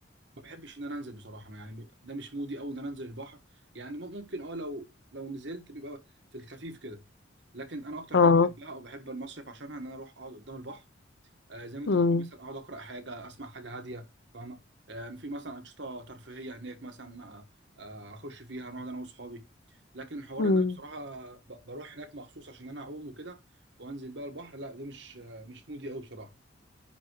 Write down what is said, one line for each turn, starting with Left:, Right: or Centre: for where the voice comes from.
Right: ما بحبش ان انا انزل بصراحه يعني ده مش مودي قوي ان انا انزل البحر يعني ممكن اه لو لو نزلت بيبقى في الخفيف كده لكن انا اكتر
Left: اه
Right: حاجه بحبها او بحب المصيف عشانها ان انا اروح اقعد قدام البحر آه زي ما انت
Left: مم.
Right: بتقول مثلا اقعد اقرا حاجه اسمع حاجه هاديه فاهمه آه في مثلا انشطه ترفيهيه هناك مثلا آه آه، اخش فيها نقعد انا واصحابي لكن حوار
Left: مم.
Right: ان انا بصراحه ب- بروح هناك مخصوص عشان انا اعوم وكده وانزل بقى البحر لا ده مش آه، مش مودي قوي بصراحه